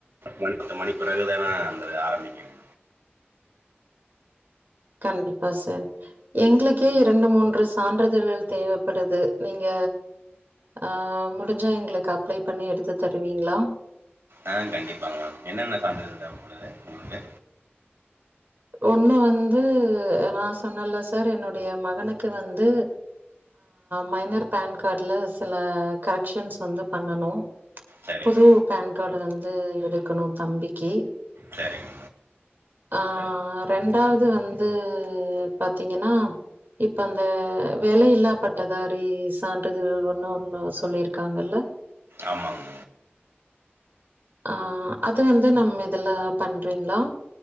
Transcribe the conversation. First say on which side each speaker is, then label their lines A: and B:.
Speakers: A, on the right (about 80°); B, on the right (about 50°).
A: பத்து மணி பிறகுதான் நம்ம ஆரம்பிக்கும்
B: கண்டிப்பா சார் எங்களுக்கே இரண்டு மூன்று சான்றிதழ்கள் தேவப்படுது நீங்க ஆஹ் முடிஞ்சா எங்களுக்கு அப்ளைபண்ணி எடுத்து தருவீங்களா
A: ஆஹ் கண்டிப்பமா என்னனென்ன சான்றிதழ் தேவபடுது உங்களுக்கு
B: ஒண்ணுவந்து நான் சொன்னேல சார் என்னுடைய மகனுக்கு வந்து மைனர் பேன்க் காட்ல சில கரெக்ஷன்ஸ் வந்து பண்ணணும்
A: சரிங்க,
B: புது பேன் கார்டு வந்து அது எடுக்கணும் தம்பிக்கு.
A: செரிங்
B: ஆஹ் ரெண்டாவது இது வந்து பாத்தீங்கன்னா இப்ப அந்த வேலையில்லா பட்டதாரி சான்றிதழ் ஒண்ணு ஒண்ணு சொல்லியிருக்காங்கல்ல
A: ஆமாங்க
B: ஆஹ் அது வந்து நம்ம இதுல பண்றீங்களா